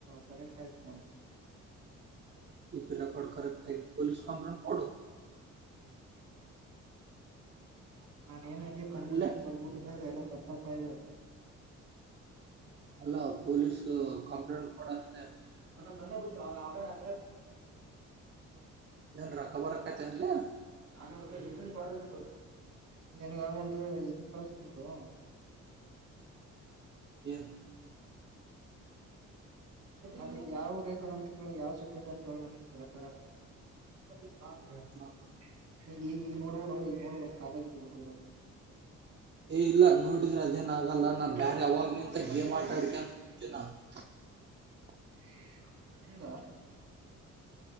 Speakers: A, on the right; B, on the right.
A: ಕರೆಕ್ಟ್ ಆಯಕಿಲ್ಲ.
B: ಪಿ ಟಿ ರೆಕಡ್ ಕರೆಕ್ಟ್ ಆಗಿ ಪೊಲಿಸ್ ಕಂಪ್ಲ ಕೊಡು.
A: <unintelligible> ಏನ್ ಹೆಂಗೆ ಕಣ್ಮುಚ್ಚಿಗಂದ
B: ಅಲ್ಲೇ
A: ಬರ್ಬಿಟ್ಟಿದಿದ್ದಾರೆ ಎಲ್ಲ ತಪ್. ತಪ್ಪಾಯ <unintelligible>
B: ಅಲ್ಲ ಪೊಲೀಸು ಕಂಪ್ಲೇಂಟ್ ಕೊಡ ಅಂತೆ.
A: ಬಂದೆ ಬುಡುತ <unintelligible>
B: ಏನ್ ರಕ್ಕ ಬರಕ್ಕತ ಅನ್ಲೆ.
A: ನಾನೂರು ರೂಪಾಯಿ ಇದನ್ ಕೊಡದತ್ ನಿನ್ಗ ಒಂದು ಇದು ಕಳಸ್ತನೋಡು.
B: ಏನು.
A: ಅದು ಯಾವ ರೆಕಾಡ್ ಅಂತ ಕೇಳ ಯಾವ್ ಸಬ್ಜೆಕ್ಟ್ ಅಂತ ಹೇಳ ನನಗೆ ರೇಕಾಡ <unintelligible>
B: ಆ,
A: ಈಗ ಈ ನೋಡ್ಬಿಡು ಈಗ ನೋಡ್ಬಿ ಕಾಲೇಜ್ದು ಬಿಟ್ಬಿಡು.
B: ಏ ಇಲ್ಲ ನೋಡ್. ನೋಡಿದ್ರೆ ಅದೇನ ಆಗಲ್ಲ
A: ಹಿಂಗ
B: ನಾನ್ ಬ್ಯಾರೆ ಅವಾಗ ನಿಂತ ಗೇಮ್ ಆಟಾ ಆಡ್ಕಂತ <unintelligible>
A: <unintelligible>